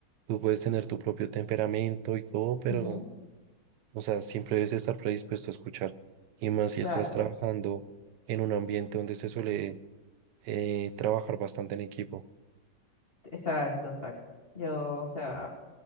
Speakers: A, on the right (about 75°); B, on the left (about 35°).
A: tú puedes tener tu propio temperamento y todo, pero,
B: Ujú,
A: o sea, siempre debes estar predispuesto a escuchar. Y más si
B: Claro,
A: estás trabajando en un ambiente donde se suele eh, trabajar bastante en equipo.
B: exacto, exacto. Yo, o sea,